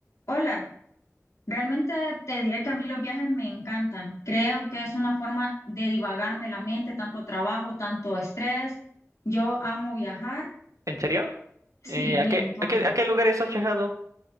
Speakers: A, on the left; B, on the right.
A: Hola, realmente te diré que a mí los viajes me encantan. Creo que es una forma de divagarme la mente, tanto trabajo, tanto estrés. Yo amo viajar,
B: ¿En serio?
A: sí,
B: Eh,
A: me
B: ¿a qué,
A: encanta.
B: a qué, a qué lugares has viajado?